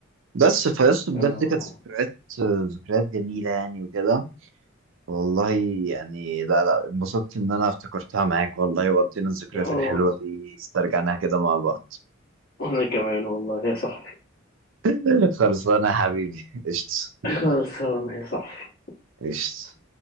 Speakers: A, on the right; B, on the left.
A: بس فيصل بجد
B: آه
A: كانت ذكريات ذكريات جميلة يعني وكده والله يعني لا لا انبسطت إن أنا افتكرتها معاك والله وقضينا الذكريات
B: آه،
A: الحلوة دي استرجعناها كده مع بعض
B: وأنا كمان والله يا صاحبي
A: <laughs> خلصانة يا حبيبي قشطة
B: <laughs> خلاص يا صاحبي
A: قشطة